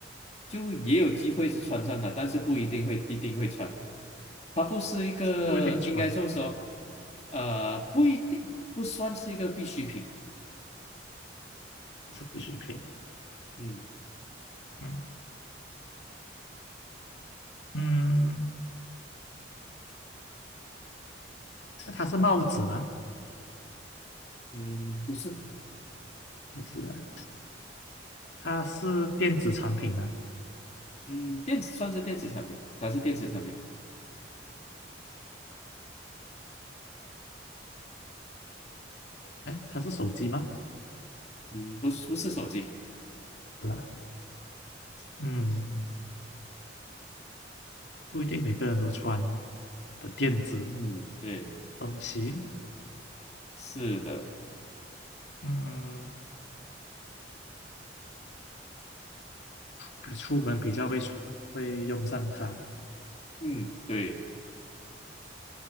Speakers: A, on the left; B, on the left.
A: 就也有机会是穿上它，但是不一定会一定会穿。它不是一个，
B: 不一定穿啊，
A: 应该说说，呃，不一定不算是一个必需品。
B: 不是必需品。
A: 嗯
B: 嗯嗯，那它是帽子吗？
A: 嗯，不是，
B: 不是的，它是电子产品吗？
A: 嗯，电子算是电子产品，它是电子产品。
B: 哎，它是手机吗？
A: 嗯，不是不是手机。
B: 是啦，嗯，不一定每个人都穿的电子
A: 嗯，对，
B: 东西。
A: 是的，
B: 嗯，比出门比较会穿，会用上它。
A: 嗯，对，